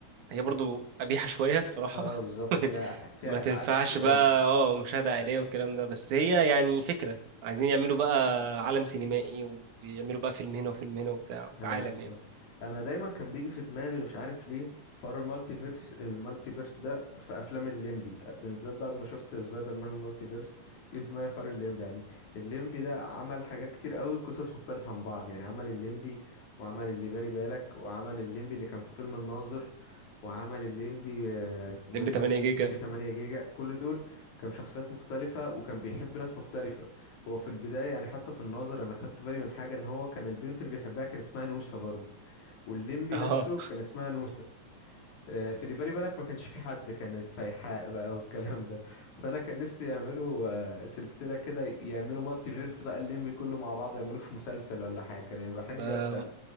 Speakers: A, on the right; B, on the left.
A: هي برضو قبيحة شوية بصراحة
B: اه بالظبط
A: <laughs>
B: فيها إح... فيها
A: ما
B: إيحاءات
A: تنفعش
B: كتير
A: بقى
B: أوي
A: اه مشاهدة عائلية والكلام ده بس هي يعني فكرة عايزين يعملوا بقى عالم سينمائي ويعملوا بقى فيلم هنا وفيلم هنا وبتاع وعالم
B: ايوه بالظبط
A: يعني
B: انا دايما كان بيجي في دماغي مش عارف ليه حوار المالتي فيرس المالتي فيرس ده في افلام الليمبي بالذات بعد ما شفت سبايدر مان المالتي فيرس جه في دماغي حوار الليمبي يعني الليمبي ده عمل حاجات كتير قوي قصص مختلفة عن بعض يعني عمل الليمبي وعمل اللي بالي بالك وعمل الليمبي اللي كان في فيلم الناظر وعمل الليمبي آه، اسمه
A: لمبي
B: ايه ده
A: 8 جيجا
B: الليمبي 8 جيجا كل دول كان شخصيات مختلفة وكان بيحب ناس مختلفة هو في البداية يعني حتى في الناظر أنا خدت بالي من حاجة إن هو كان البنت اللي بيحبها كان اسمها نوسة برضو والليمبي
A: <laughs> اه
B: نفسه كان اسمها نوسة آه، في اللي بالي بالك ما كانش في حد كانت فايحاء بقى والكلام ده فأنا كان نفسي يعملوا آه، سلسلة كده يعملوا مالتي فيرس بقى الليمبي كله مع بعضه يعملوه في مسلسل ولا حاجة كان هيبقى حاجة
A: ده
B: جامدة أوي